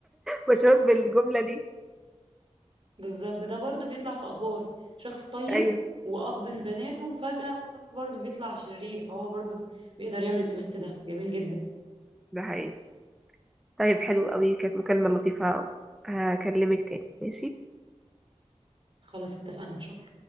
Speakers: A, in the centre; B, on the right.
A: مشهور بالجمله دي
B: بالظبط ده برضو بيطلع في ادوار شخص طيب
A: ايوه
B: واب لبناته وفجأة برضو بيطلع شرير فهو برضو بيقدر يعمل التويست ده جميل جدا
A: ده حقيقي طيب حلو قوي كانت مكالمه لطيفه هكلمك تاني ماشي
B: خلاص اتفقنا ان شاء الله